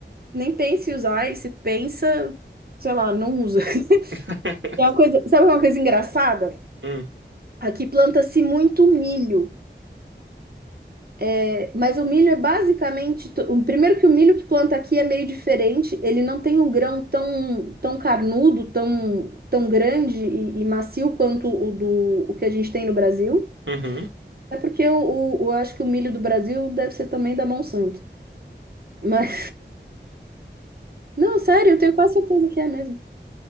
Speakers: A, on the right; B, on the right.
A: nem pensa em usar, e se pensa, sei lá, não usa. <laughs>
B: <laughs>
A: É uma coisa, sabe uma coisa engraçada?
B: Hum,
A: Aqui planta-se muito milho, É, mas o milho é basicamente. to- o- Primeiro que o milho que planta aqui é meio diferente, ele não tem um grão tão, tão carnudo, tão, tão grande e, e macio quanto o, do, o que a gente tem no Brasil.
B: Uhum,
A: É porque eu, o- o- acho que o milho do Brasil deve ser também da Monsanto. Mas, <laughs> não, sério, eu tenho quase certeza que é mesmo.